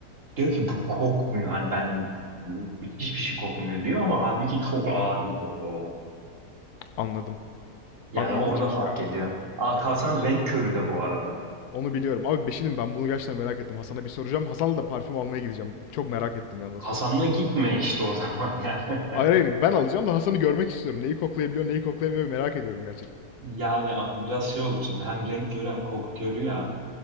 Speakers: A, on the right; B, on the left.
A: Diyor ki bu kokmuyor. Hani ben bu hiçbir şey kokmuyor diyor ama halbuki çok ağır bir koku o.
B: Anladım.
A: Yani
B: Abi
A: orada
B: ilginçmiş
A: fark
B: ya.
A: ediyor. Ah Hasan renk körü de bu arada.
B: Onu biliyorum. Abi Beşirim ben bunu gerçekten merak ettim. Hasan'a bir soracağım. Hasan'la da parfüm almaya gideceğim. Çok merak ettim ya nasıl
A: Hasan'la
B: olacak.
A: gitme işte o zaman ya. <laughs>
B: Hayır hayır ben alacağım da Hasan'ı görmek istiyorum. Neyi koklayabiliyor neyi koklayamıyor merak ediyorum gerçekten.
A: Yani abi biraz şey olur şimdi hem renk körü hem koku körü ya.